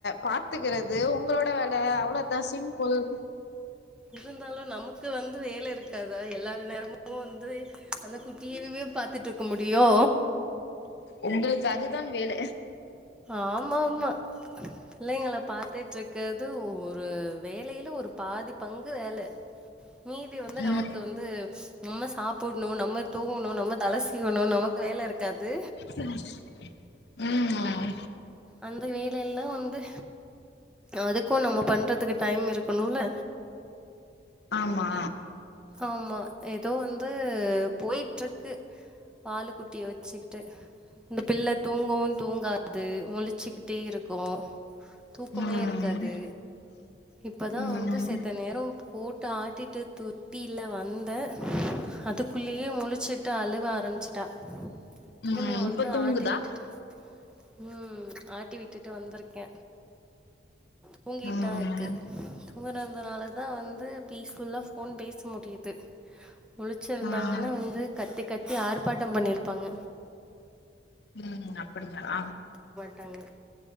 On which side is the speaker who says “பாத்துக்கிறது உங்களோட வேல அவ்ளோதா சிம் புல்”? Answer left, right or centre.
Left